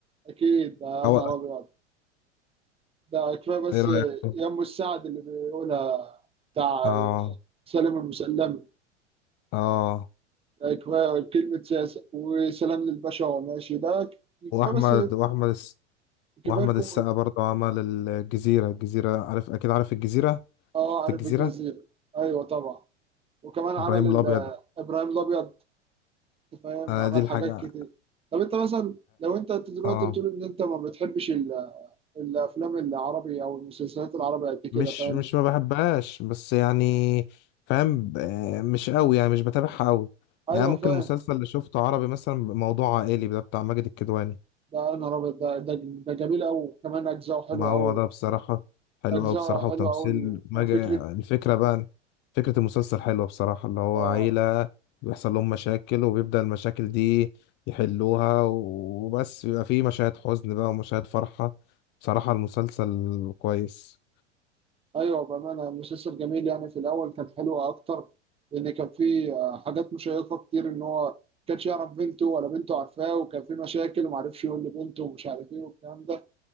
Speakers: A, on the right; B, on the left.
A: أكيد آه،
B: او
A: يا نهار أبيض ده كفايه بس
B: ايه رأيك فيه؟
A: يم السعد اللي بيقولها بتاع
B: اه
A: سلام المسلمي
B: اه
A: ده كفايه كلمه سياسه وسلام للباشا وهو ماشي ده كفايه
B: واحمد
A: بس
B: واحمد الس...
A: كفايه
B: واحمد
A: الكوميدي
B: السقا برضه عمل الجزيرة الجزيرة عارف اكيد عارف الجزيرة
A: اه
B: شفت
A: عارف
B: الجزيرة
A: الجزيره ايوه طبعا وكمان عمل
B: ابراهيم
A: ال-
B: الابيض
A: ابراهيم الابيض أنت فاهم
B: انا
A: عمل
B: دي الحاجة
A: حاجات كتير طب انت مثلا لو انت دلوقتي
B: اه
A: بتقول ان انت ما بتحبش ال- الافلام العربي او المسلسلات العربية قد كده
B: مش
A: فاهم
B: مش ما بحبهاش بس يعني فاهم ب- آه، مش قوي يعني مش بتابعها قوي
A: ايوه
B: يعني ممكن
A: فاهم
B: المسلسل اللي شفته عربي مثلا موضوع عائلي ده بتاع ماجد الكدواني
A: ده انا رابط ده ده ده جميل قوي كمان اجزاءه حلوه
B: ما هو
A: قوي
B: ده بصراحة حلو
A: أجزاء
B: قوي بصراحة وتمثيل
A: حلوة أوي
B: ماجد
A: وفكرة
B: الفكرة بقى فكرة المسلسل حلوة بصراحة اللي هو
A: آه
B: عيلة بيحصل لهم مشاكل وبيبدأ المشاكل دي يحلوها وبس بيبقى فيه مشاهد حزن بقى ومشاهد فرحة بصراحة المسلسل كويس
A: أيوة بأمانة مسلسل جميل يعني في الأول كان حلو أكتر لأن كان فيه آه، حاجات مشيقة كتير إن هو كانش يعرف بنته ولا بنته عارفاه وكان فيه مشاكل ومعرفش يقول لبنته ومش عارف إيه والكلام ده